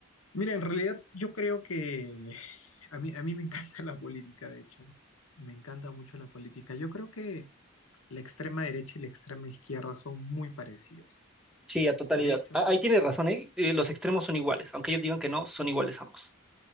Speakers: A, on the left; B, in the centre.
A: Mira, en realidad yo creo que a mí, a mí me encanta <laughs> la política, de hecho, me encanta mucho la política. Yo creo que la extrema derecha y la extrema izquierda son muy parecidos.
B: Sí, a totalidad.
A: De hecho,
B: A- Ahí tienes razón, ¿eh? Eh, Los extremos son iguales, aunque ellos digan que no, son iguales ambos.